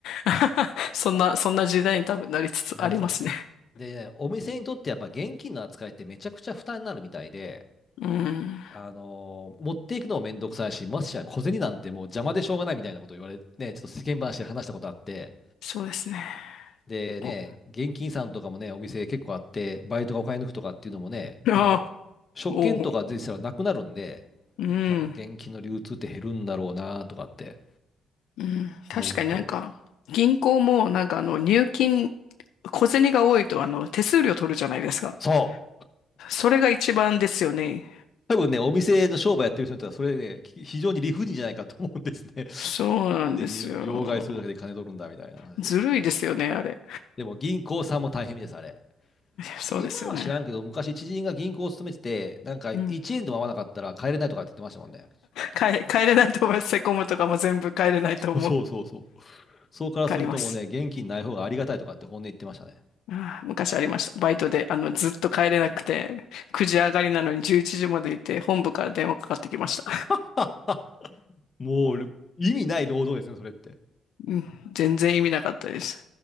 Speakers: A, on the left (about 80°); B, on the left (about 35°).
A: <laughs> そんな、そんな時代に多分なりつつありますね。
B: なりつますね。で、お店にとってやっぱ現金の扱いってめちゃくちゃ負担になるみたいで、
A: うん。
B: あのー持っていくのもめんどくさいし、ましてや小銭なんてもう邪魔でしょうがないみたいなこと言われて、ね、ちょっと世間話で話したことあって、
A: そうですね。
B: でね、
A: お、
B: 現金さんとかもね、お店結構あって、バイトがお金抜くとかっていうのもね、
A: <laughs> あ、
B: もう、食券とか税したらなくなるんで、
A: お、うん。
B: 多分現金の流通って減るんだろうなとかって
A: うん、確かになんか、
B: 思うと。
A: 銀行もなんかあの入金、小銭が多いとあの手数料取るじゃないですか。
B: そう。
A: それが一番ですよね。
B: 多分ね、お店の商売やってる人にとっては、それね、き非常に理不尽じゃないかと思うんですね。<laughs>
A: そうなんですよ。
B: なんで入両替するだけで金取るんだみたいな話で。
A: ずるいですよね、あれ。
B: でも銀行さんも大変みたいです、あれ。
A: そうですよね。
B: 今は知らんけど、昔知人が銀行を勤めてて、なんか1円でも合わなかったら帰れないとかって言ってましたもんね。
A: うん。帰、帰れないと思います。セコムとかも全部帰れないと思う。
B: そうそうそうそう。そうからするともうね、
A: 帰ります。
B: 現金ない方がありがたいとかって本音言ってましたね。
A: ああ、昔ありました。バイトで、あの、ずっと帰れなくて、9時上がりなのに11時までいて、本部から電話かかってきました。
B: <laughs> もう、意味ない労働ですね、それって。
A: うん、全然意味なかったです。